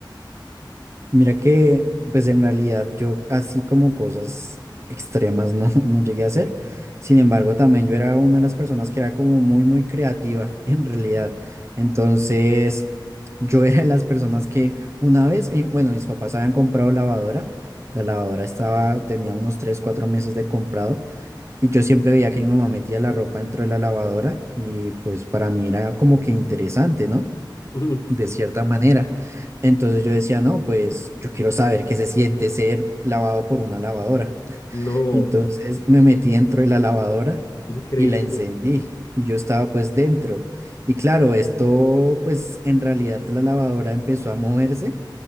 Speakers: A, on the right (about 35°); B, on the left (about 45°).
A: Mira que, pues en realidad yo así como cosas extremas no, <laughs> no llegué a hacer. Sin embargo, también yo era una de las personas que era como muy, muy creativa <laughs> en realidad. Entonces, yo era de las personas que una vez, y bueno, mis papás habían comprado lavadora. La lavadora estaba, tenía unos 3 4 meses de comprado. Y yo siempre veía que mi mamá metía la ropa dentro de la lavadora. Y pues para mí era como que interesante, ¿no?
B: <laughs>
A: de cierta manera. Entonces yo decía, no, pues yo quiero saber qué se siente ser lavado por una lavadora.
B: No,
A: Entonces me metí dentro de la lavadora
B: increíble.
A: y la encendí y yo estaba pues dentro. Y claro, esto pues en realidad la lavadora empezó a moverse